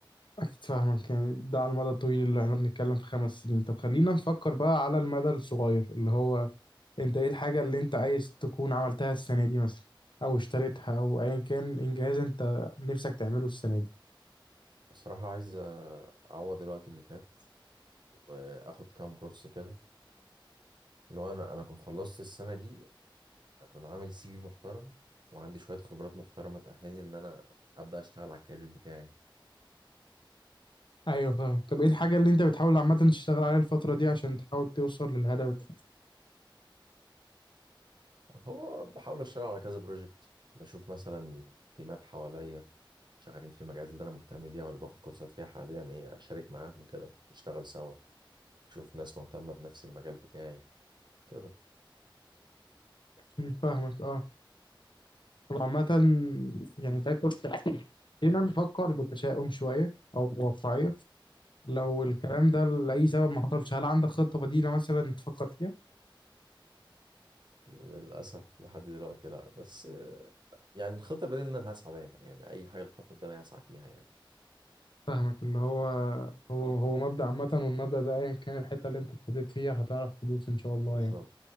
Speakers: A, on the left (about 65°); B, on the right (about 60°).
A: أكيد فاهمك يعني ده على المدى الطويل اللي احنا بنتكلم في خمس سنين طب خلينا نفكر بقى على المدى الصغير اللي هو أنت إيه الحاجة اللي أنت عايز تكون عملتها السنة دي مثلا أو اشتريتها أو أيا كان إنجاز أنت نفسك تعمله السنة دي
B: بصراحة عايز آه، اعوض الوقت اللي فات واخد كام كورس كده لو انا انا كنت خلصت السنه دي اكون عامل سي في محترم وعندي شويه خبرات محترمه تاهلني ان انا ابدا اشتغل على الكارير بتاعي
A: أيوه فاهم طب إيه الحاجة اللي أنت بتحاول عامة تشتغل عليها الفترة دي عشان تحاول توصل للهدف ده
B: هو بحاول اشتغل على كذا بروجكت بشوف مثلا تيمات حواليا شغالين في المجالات اللي انا مهتم بيها ولا باخد كورسات فيها حاليا ايه اشارك معاهم كده نشتغل سوا اشوف ناس مهتمه بنفس المجال بتاعي كده
A: مم، فاهمك أه طب عامة يعني تاكل خلينا نفكر بتشاؤم شوية أو بواقعية لو
B: م.
A: الكلام ده لأي سبب ما حصلش هل عندك خطة بديلة مثلا تفكر فيها؟
B: للاسف لحد دلوقتي لا بس آه، يعني الخطه البديهيه ان انا هسعى دايما يعني اي حاجه تتحط قدامي هسعى فيها يعني
A: فاهمك اللي هو هو هو مبدأ عامة والمبدأ ده أيا كان الحتة اللي أنت اتحطيت فيها هتعرف تدوس إن شاء الله
B: بالظبط
A: يعني